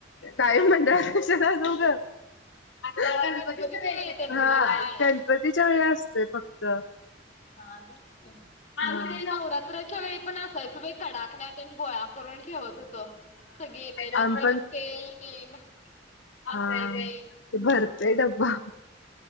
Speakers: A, on the left (about 80°); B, on the left (about 40°).
A: कायम मंडळात कश्या मंडळात कशाला जाऊ ग? अगं
B: बाळ
A: गणपती
B: गणपतीच्या
A: जवळ येतात
B: वेळेत येन
A: हां
B: रे बाळ.
A: गण पतीच्या वेळी असतोय फक्त.
B: हां.
A: हा
B: आम्ही ते नवरात्रच्या वेळी पण असायचो बाई, कडाकण्या तेन गोळा करून ठेवत होतो. सगळ येतेल,
A: आम्ही
B: परत तेल तेन
A: हां
B: असतंय ते.
A: ते भरतोय डब्बा.